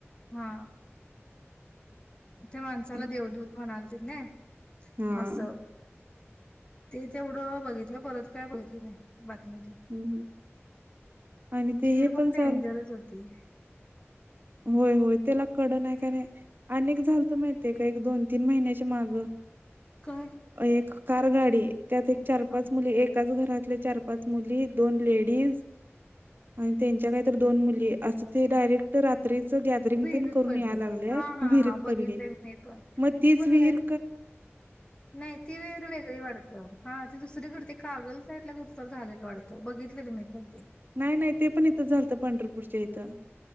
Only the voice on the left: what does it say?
हा, त्या माणसाला
देवदूत म्हणालतीत नाई.
असं ते तेवढं बघितलं परत काय बघितली नाही, बातमी ती.
वीर
पण डेंजरच
होती.
काय?
हा
विहिरीत
पडले
हा हा
हा बघितलंय
मी पण
ती पण
नाही ती विहीर वेगळी वाढत, हा ती दुसरी कागल साईटला कुठतर झालेलं वाटतं, बघितलं मी पण ते